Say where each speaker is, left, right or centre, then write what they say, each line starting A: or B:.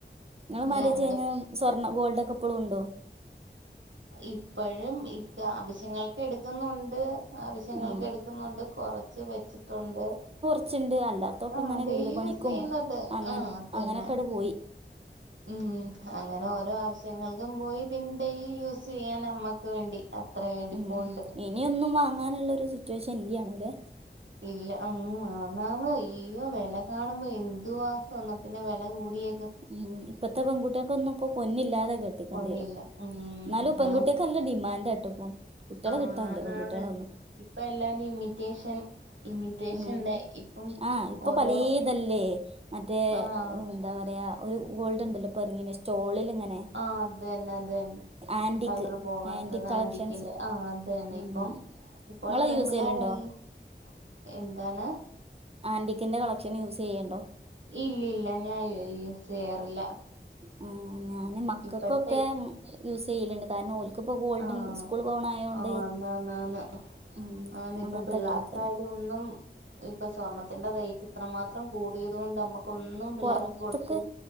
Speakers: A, on the right; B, on the right.
A: ങ്ങളെ മറ്റെ
B: ഈ നമ്മടെ
A: ചെയ്‌നും സ്വർണ്ണ ഗോൾഡ് ഒക്കെ ഇപ്പളും ഉണ്ടോ
B: ഇപ്പഴും ഇക്ക ആവശ്യങ്ങൾക്ക്‌ എടുക്കുന്നുണ്ട് ആവ ശ്യങ്ങൾക്ക്
A: ഉം
B: എടുക്കുന്നുണ്ട് കൊറച്ച് വെച്ചിട്ടുണ്ട്
A: ച്ച്ണ്ട് അല്ലാത്തൊക്കെ
B: ആഹ്
A: ഇങ്ങനെ
B: ഡെയിലി
A: വീട് പണിക്കും
B: യൂസ് ചെയ്യുന്നത്
A: അങ്ങ
B: ആഹ് അത് തന്നെ
A: അങ്ങനെയൊക്കെ ണ്ട് പോയി
B: ഉം അങ്ങനെ ഓരോ ആവശ്യങ്ങൾക്കും പോയി പിന്നെ ഡെയിലി യൂസ് ചെയ്യാൻ നമ്മക്ക് വേണ്ടി അത്ര എണ്ടിപ്പുണ്ട്
A: ഉം ഇനിയൊന്നും വാങ്ങാനുള്ള ഒരു സിറ്റുവേഷൻ ഇല്ല്യാനും ലേ
B: ഇല്ല ഉ ആന്നാന്ന അയ്യോ വില കാണുമ്പോ എന്തുവാ സ്വർണത്തിന് വെല കൂടിയ
A: ഉ ഇപ്പത്തെ പെൺകുട്ടികൾക്കൊന്നും ഇപപ്പൊ ന്നില്ലാതെ കെട്ടക്കേണ്ടി
B: പൊന്നില്ല
A: വരും
B: ഉം
A: ന്നാലും പെൺകുട്ടികൾക്ക്
B: ആന്ന്
A: നല്ല ഡിമാന്റാട്ടോ ഇപ്പം കുട്ടികളെ
B: ആന്നാന്ന്
A: കിട്ടാനില്ല പെൺകുട്ടിള ഒന്നും <inaudible>
B: ഇപ്പൊ എല്ലാരും ഇമിറ്റേഷൻ ഇമിറ്റേഷന്റെ
A: ഉ
B: ഇപ്പം
A: ആഹ ഇപ്പൊ
B: ഓരോ
A: പലേ ഇതല്ലേ മറ്റേ
B: ആഹ്
A: എന്താ പറയ ഒരു ഗോൾഡ് ഉണ്ടല്ലോ പ്പറങ്ങീനെ സ്റ്റോളിലിങ്ങനെ
B: ആ അത് തന്നെ അത് തന്നെ
A: ആന്റിക്ക്
B: കളർ പോവാത്തത്
A: ആന്റിക് കളക്ഷൻസ്
B: ആന്റിക്കിന്റെ ആ അ തന്നെ
A: ഉം
B: ഇപ്പം
A: നിങ്ങള്
B: ഇപ്പോള്ളെ പെൺപിള്ളോരൽഎന്താണ്
A: യൂസ് ചെയ്യലുണ്ടോ ആന്റിക്കിന്റെ കളക്ഷന് യൂസ് ചെയ്യണ്ടോ
B: ഇല്ല ഇല്ല ഞാൻ യൂസ് ചെയ്യാറില്ല
A: ഉം ഞാന് മക്കക്കൊക്കെ
B: ഇപ്പഴത്തെ
A: യൂസ് ചെയ്യലുണ്ട് കാരണം ഓല് ക്ക്‌ ഇപ്പോ ഗോൾഡ്
B: ആഹ്
A: സ്കൂൾ പോവണയയോണ്ട്
B: ആന്നാന്നാന്ന്
A: ഉം
B: ആന്ന് ഇപ്പൊ
A: അങ്ങനത്തെ
B: പിള്ളേർക്കായാലും
A: ഇട്ട് കൊടുക്കല്
B: ഒന്നും ഇപ്പ സ്വർണത്തിന്റെ റേ റ്റ്‌ ഇത്രമാത്രം കൂടിയത് കൊണ്ട് നമ്മുക്ക് ഒന്നും പിള്ളേർക്ക്
A: പൊറത്ത്ക്ക്
B: കൊടുത്ത്